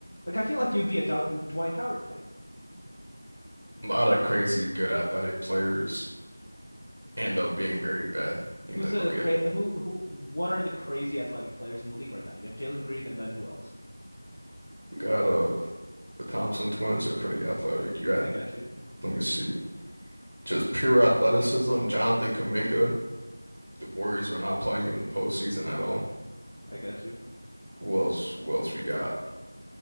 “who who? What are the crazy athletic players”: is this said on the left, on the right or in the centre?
Left